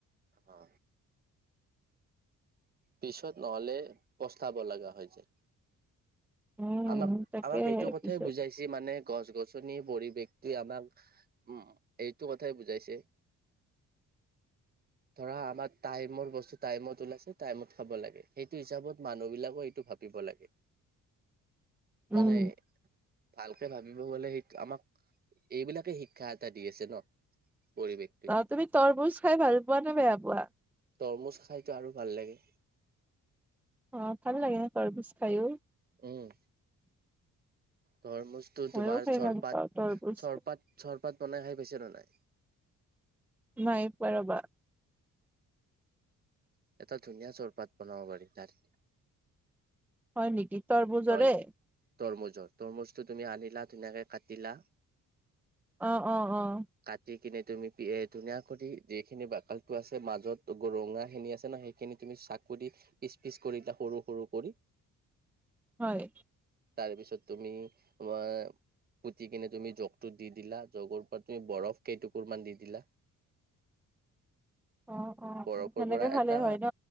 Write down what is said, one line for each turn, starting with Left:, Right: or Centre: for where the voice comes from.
Right: অ, পিছত নহ'লে প্ৰস্তাব লগা হৈ যায়।
Centre: উম,
Right: আমাক
Centre: তাকে
Right: আমাক এইটো কথাই
Centre: পিছত
Right: বুজাইছে মানে গছ গছনিৰ পৰিৱেশটোৱে আমাক। উম এইটো কথাই বুজাইছে। ধৰা আমাৰ টাইমৰ বস্তু টাইমত ওলাইছে। টাইমত খাব লাগে সেইটো হিচাপত মানুহ বিলাকো এইটো ভাবিব লাগে।
Centre: উম,
Right: মানে, ভালকে ভাবিব গলে সেইটো আমাক এইবিলাকে শিক্ষা এটা দি আছে ন পৰিৱেশ।
Centre: অ তুমি তৰমুজ খাই ভাল পোৱা নে বেয়া পোৱা।
Right: তৰমুজ খাইতো আৰু ভাল লাগে।
Centre: অ ভাল লাগে ন তৰমুজ খাইয়ো।
Right: উম, তৰমুজটো
Centre: ময়ো
Right: তোমাৰ
Centre: খাই
Right: চৰপত,
Centre: ভাল পাওঁ তৰমুজ
Right: চৰপত, চৰপত বনাই খাই পাইছে নে নাই।
Centre: নাই পোৱা ৰবা।
Right: এটা ধুনীয়া চৰপাত বনাব পাৰি তাত,
Centre: হয় নেকি তৰমূজৰে।
Right: হয় তৰমুজৰ, তৰমুজটো তুমি আনিলা ধুনীয়াকে কাটিলা।
Centre: অঁ অঁ অঁ,
Right: কাটি কিনে তুমি এ ধুনীয়া কৰি যিখিনি বাকলিটো আছে মাজত ৰঙা খিনি আছে ন সেই, খিনি তুমি চাকু দি পিচ পিচ কৰিদিয়া সৰু সৰু কৰি,
Centre: হয়।
Right: তাৰ পিছত তুমি <unintelligible> কুতি কিনে তুমি জগতটো দি দিলা জগৰ পৰা তুমি বৰফ কেইটুকুৰ মান দি দিলা। <inaudible>
Centre: অ অ
Right: বৰফৰ
Centre: অ সেনেকে
Right: পৰা
Centre: খালেই
Right: এটা
Centre: হয় ন।